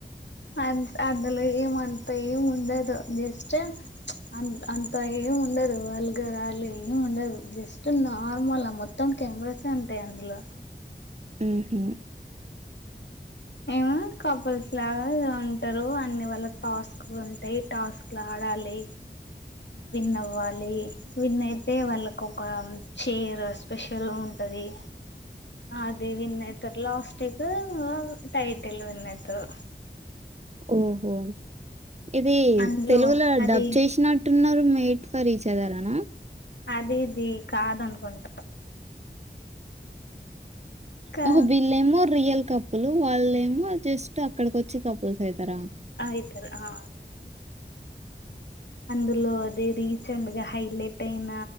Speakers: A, on the left (about 75°); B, on the right (about 35°).
A: అం అందులో ఏం అంత ఏం ఉండదు జస్టు అం అంత ఏం ఉండదు వల్గరాళ్ళు ఏమి ఉండదు జస్ట్ నార్మల మొత్తం కెమెరాసే ఉంటాయ్ అందులో
B: మ్ హు
A: ఏము కపుల్స్ లాగ ఉంటారు అన్ని వల్ల టాస్క్లు ఉంటాయి టాస్క్ లు ఆడాలి విన్ అవ్వాలి విన్ అయితే వాళ్ళకు ఒక చైర్ స్పెషల్ ఉంట ది అదే విన్ అయితరు లాస్టుకూ వ టైటిల్ విన్నయితరు
B: మ్ హు ఇది
A: అందులో
B: తెలుగులో
A: అది
B: డబ్ చేసినట్టున్నరు మే మేట్ ఫర్ ఇచ్ ఆథెర్ అనా
A: అదిది కాదనుకుంటా కా
B: ఓహో విళ్ళేమొ రియల్ కపు లు వాళ్లేమో జస్ట్ అక్కడికి వచ్చి కపుల్స్ అయితర
A: అయితరు ఆ అందులో అది రీసెంట్ గా హైలైట్ అయిన